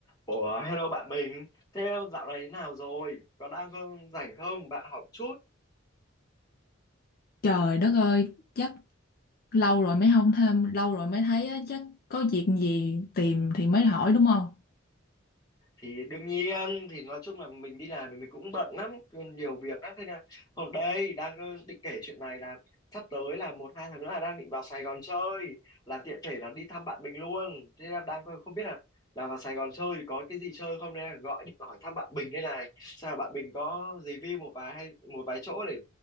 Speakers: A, on the left; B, on the left.
A: Ủa, hello bạn mình. Thế dạo này thế nào rồi? Có đang có rảnh không? Bạn học chút.
B: Trời đất ơi, chắc lâu rồi mới không thêm, lâu rồi mới thấy á, chắc có việc gì tìm thì mới hỏi đúng không?
A: Thì đương nhiên, thì nói chung là mình đi làm thì mình cũng bận lắm, nhiều việc lắm. Thế là hôm đây đang có định kể chuyện này là sắp tới là một hai tháng nữa là đang định vào Sài Gòn chơi, là tiện thể là đi thăm bạn mình luôn. Thế là đang không biết là là vào Sài Gòn chơi thì có cái gì chơi không nên là gọi điện hỏi thăm bạn mình đây này. Sao bạn mình có review một vài hay một vài chỗ để